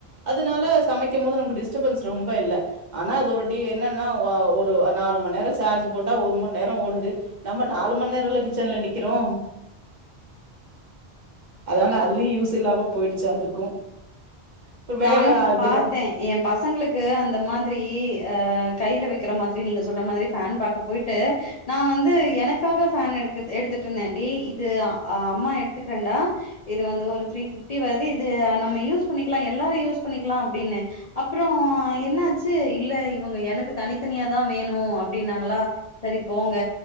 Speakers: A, on the right (about 45°); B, on the left (about 45°).
A: அதனால சமைக்கு போது நமக்கு டிஸ்டபன்ஸ் ரொம்ப இல்ல ஆனா அது ஒரு டி என்னன்னா ஒ ஒரு நாலு மண் நேர சார்ஜ் போட்டா ஒரு மண் நேர ஓடுது நம்ம நாலு மண் நேரோல்ல கிச்சன்ல நிக்கிறோ அதனால அதுலயு யூஸ் இல்லாம போயிடுச்சு அதுக்கும் அப்றோ வேற
B: நானு
A: ஆப்டின
B: பாத்தே எ பசங்களுக்கு அந்த மாதிரி அ கைய்ல வெக்கிற மாதிரி நீங்க சொல்ற மாதிரி ஃபேன் பாக்க போய்ட்டு நா வந்து எனக்காக ஃபேன் எடு எடுத்துட்டு இருந்தே டி இது அ அம்மா எடுத்துக்கிறேன்டா இது வந்து ஒரு த்ரீ ஃபிஃப்டி வருது இது நம்ம யூஸ் பண்ணிக்லா எல்லாரு யூஸ் பண்ணிக்லா அப்டின்னு அப்றோ என்னாச்சு இல்ல இவுங்க எனக்கு தனித்தனியாதா வேணு அப்டின்னாங்களா செரி போங்க